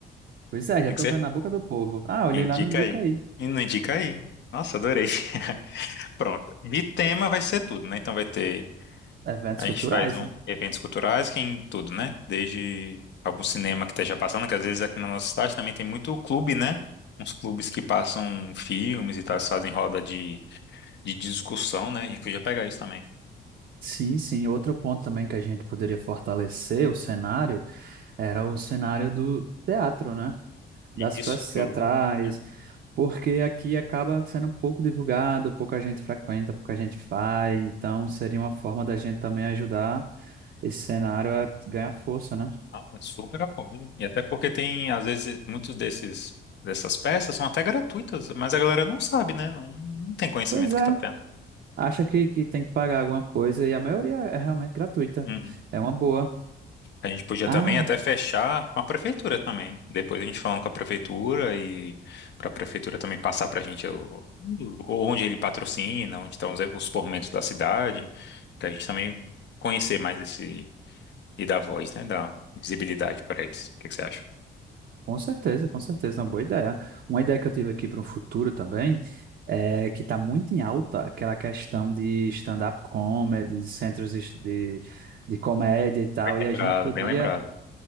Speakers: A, on the right; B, on the left.
A: pois é,
B: Tem
A: já estou
B: que ser.
A: vendo
B: assim.
A: na boca do povo. Ah, olhei
B: Indica
A: lá, não indica
B: aí.
A: aí.
B: E não indica aí. Nossa, adorei. <laughs> Pronto. De tema vai ser tudo, né? Então vai ter.
A: Eventos
B: A
A: culturais,
B: gente faz um,
A: né?
B: eventos culturais que é em tudo, né? Desde algum cinema que esteja passando, que às vezes aqui na nossa cidade também tem muito clube, né? Uns clubes que passam filmes e tal, fazem roda de, de discussão, né? A gente podia pegar isso também.
A: Sim, sim. Outro ponto também que a gente poderia fortalecer o cenário era o cenário do teatro, né? Das
B: Isso,
A: peças teatrais,
B: viu? Uhum.
A: porque aqui acaba sendo pouco divulgado, pouca gente frequenta, pouca gente faz. Então, seria uma forma da gente também ajudar esse cenário a ganhar força, né?
B: Ah, super apoio. E até porque tem, às vezes, muitos desses dessas peças são até gratuitas, mas a galera não sabe, né? Não, não tem conhecimento
A: Pois é,
B: que tá tendo.
A: acha que, que tem que pagar alguma coisa e a maioria é realmente gratuita.
B: Uhum.
A: É uma boa.
B: A gente podia
A: Ah,
B: também até fechar com a prefeitura também. Depois a gente falando com a prefeitura e para a prefeitura também passar para a gente o, o- onde ele patrocina, onde estão os, os formentos da cidade, para a gente também conhecer mais esse e dar voz, né? Dar visibilidade para eles. O que que você acha?
A: com certeza, com certeza, uma boa ideia. Uma ideia que eu tive aqui para o futuro também é que está muito em alta aquela questão de stand-up comedy, de centros de, de, de comédia e tal,
B: Bem
A: e
B: lembrado,
A: a gente podia
B: bem lembrado.